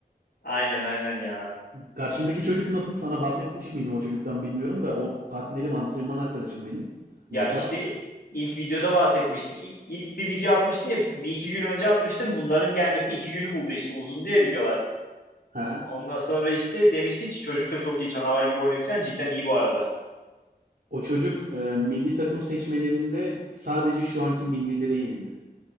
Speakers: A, on the left (about 85°); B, on the right (about 80°).
A: Aynen aynen ya.
B: Karşımdaki çocuk nasıl? Sana bahsetmiş miydim o çocuktan bilmiyorum da o partnerim antrenman arkadaşım benim.
A: Ya
B: Musa.
A: işte ilk videoda bahsetmiştin. İ- İlk bir video atmıştın ya bir iki gün önce atmıştım. Bunların gelmesi iki günü buldu işte uzun diye videolar.
B: Hı
A: Ondan sonra işte demiştin ki çocuk da çok iyi canavar gibi oynuyor falan. Cidden iyi bu arada.
B: O çocuk e, milli takım seçmelerinde sadece şu anki millilere yenildi.